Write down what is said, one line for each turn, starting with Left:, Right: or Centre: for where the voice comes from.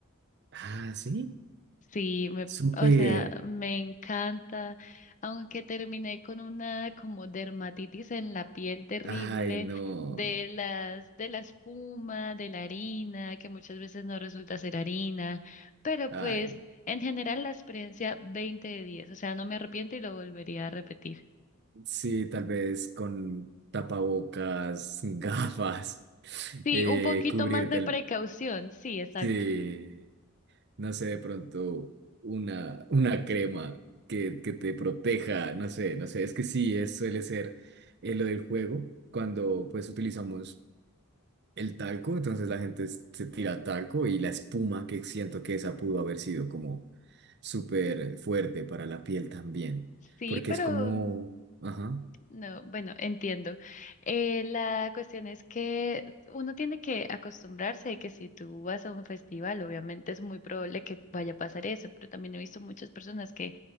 Right: Ah, sí,
Left: Sí, me,
Right: súper.
Left: o sea, me encanta, aunque terminé con una como dermatitis en la piel terrible
Right: Ay, no.
Left: de las de la espuma, de la harina, que muchas veces no resulta ser harina, pero pues
Right: Ay, no.
Left: en general la experiencia 20 de 10, o sea, no me arrepiento y lo volvería a repetir.
Right: Sí, tal vez con tapabocas, <laughs> gafas,
Left: Sí,
Right: eh,
Left: un poquito
Right: cubrirte
Left: más de
Right: el...
Left: precaución, sí, exacto.
Right: Sí, no sé, de pronto una, una crema que, que te proteja, no sé, no sé, es que sí, es, suele ser eh, lo del juego cuando pues utilizamos... el talco, entonces la gente s- se tira talco y la espuma que siento que esa pudo haber sido como súper fuerte para la piel también,
Left: Sí,
Right: porque
Left: pero
Right: es como, ajá,
Left: No, bueno, entiendo. Eh, la cuestión es que uno tiene que acostumbrarse de que si tú vas a un festival, obviamente es muy probable que vaya a pasar eso, pero también he visto muchas personas que,